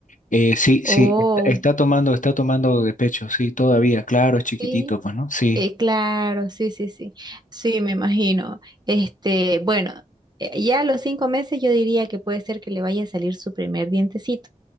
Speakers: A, on the left (about 65°); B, on the right (about 30°).
A: Eh, sí,
B: o...
A: sí, está, está tomando, está tomando de pecho, sí, todavía, claro, es chiquitito,
B: sí,
A: pues, ¿no? Sí.
B: Eh, claro, sí, sí, sí. Sí, me imagino. Este, bueno, eh, ya a los cinco meses yo diría que puede ser que le vaya a salir su primer dientecito.